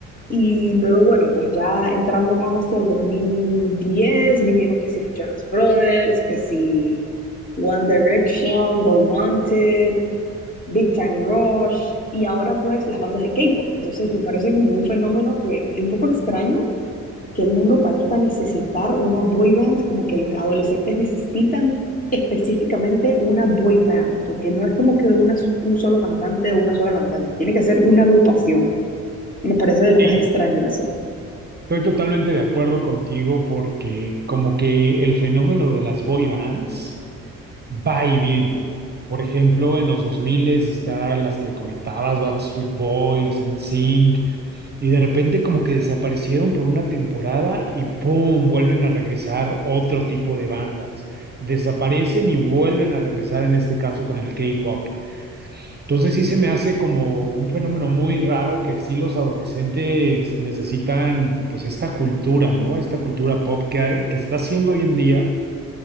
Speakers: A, on the left; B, on the right.
A: y luego, bueno, pues ya entrando más hacia el 2010 vinieron que si los Jonas Brothers, que si One Direction, The Wanted, Big Time Rush, y ahora pues las bandas de K-pop. Entonces me parece como un fenómeno que es un poco extraño que el mundo parezca necesitar una boy band, como que los adolescentes necesitan específicamente una boy band, porque no es como que una, un solo cantante o una sola cantante, tiene que ser una agrupación. Me parece de lo
B: Sí.
A: más extraño eso.
B: Estoy totalmente de acuerdo contigo porque como que el fenómeno de las boy bands va y viene. Por ejemplo, en los 2000 están las que comentabas, Backstreet Boys, NSYNC, Y de repente como que desaparecieron por una temporada y ¡pum! vuelven a regresar otro tipo de bandas. Desaparecen y vuelven a regresar en este caso con el K-pop. Entonces sí se me hace como un fenómeno muy raro que sí los adolescentes necesitan pues esta cultura, ¿no? Esta cultura pop que, hay- que está siendo hoy en día